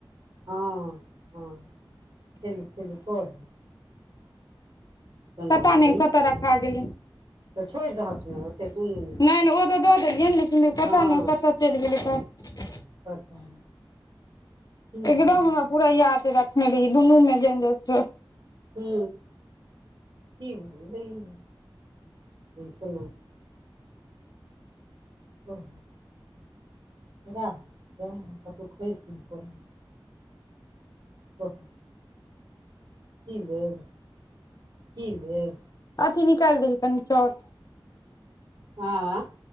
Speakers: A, on the right; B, on the left.
A: हँ हँ खेलू खेलू करू सोना
B: पता
A: मणि
B: नहि कत रखा गेलै
A: तऽ छोड़ि दहक
B: नहि
A: ने ओते कोनो छै
B: ओ तऽ दऽ देलियै ने लेकिन
A: हँ
B: पता नहि कतऽ चलि गेलै तऽ
A: पता की भऽ
B: एकदम हमरा पूरा याद रखने रहियै दुनू मे ज
A: हू की बोल रह सु ह कतहु खसि नहि पड़ै ओ की लेब की भेल
B: अथि निकालि दही कनी चाउर
A: हँ